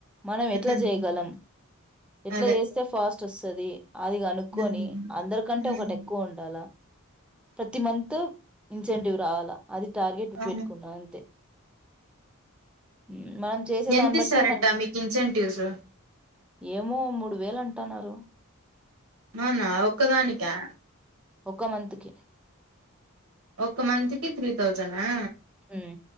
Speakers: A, in the centre; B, on the right.
A: మనం ఎట్లా
B: హ్మ్
A: చేయగలం ఎట్లా
B: అదే
A: చేస్తే ఫాస్ తోస్తాది అది కనుక్కొని
B: హ్మ్
A: అందరికంటే
B: హ్మ్
A: ఒకటి ఎక్కువ ఉండాల ప్రతి మంత్ ఇంజన్ యూరాల అది టార్గెట్
B: అవును
A: పెట్టుకున్నా అంతే ఉమ్, మనం చేసే
B: ఎంత
A: దాన్ని
B: ఇస్తారంట
A: బట్టే మనకి
B: మీకు ఇన్సెంటివ్స్
A: ఏమో మూడు వేలు అంటున్నారు
B: అవునా ఆ ఒక్కదానికా
A: ఒక మంత్ కి
B: ఒక మంత్ కి త్రీ తౌసున్ ఆ
A: మ్